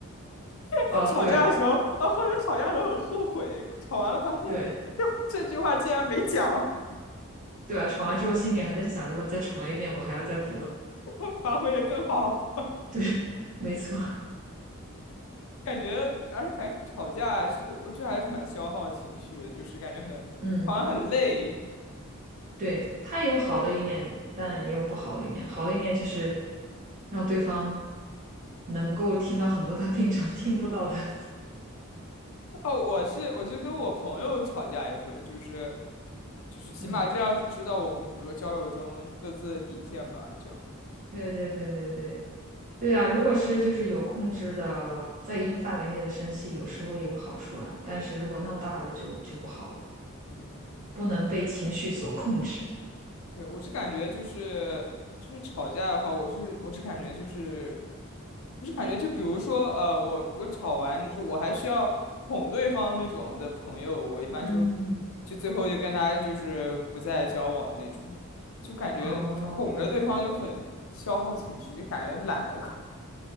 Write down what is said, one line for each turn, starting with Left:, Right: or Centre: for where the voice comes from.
Left: <laughs>
Right: 哦，
Left: 吵架的时候啊，
Right: 对啊。
Left: 或者吵架的时候很后悔，吵完了发现这这句话竟然没讲，
Right: 对。对啊，吵完之后心里还在想，如果再重来一遍，我还要再补。<laughs>
Left: <laughs> 发挥的更好，
Right: 对，没错，
Left: 感觉而且感觉吵架还是我觉得还是蛮消耗情绪的，就是感觉很吵完很累。
Right: 嗯，对，他有好的一面，但也有不好的一面。好的一面就是让对方能够听到很多他平常听不到的。<laughs>
Left: 哦，我是我是跟我朋友吵架也会，就是就是起码这样是知道我们比如说交友中各自的底线吧，
Right: 嗯，
Left: 这样。
Right: 对对对对对对啊！如果是就是有控制的，在一定范围内的生气，有时候有好处啦，但是如果闹大了就就不好了，
Left: 嗯，
Right: 不能被情绪所控制。
Left: 对，我是感觉就是就是吵架的话，我是我是感觉就是我是感觉就比如说呃，我我吵完就是我还需要哄对方那种的朋友，我一般就
Right: 嗯，
Left: 就最后就跟他就是不再交往那种，就感觉哄着对方就很消耗情绪，
Right: 哦，
Left: 就感觉懒得搞。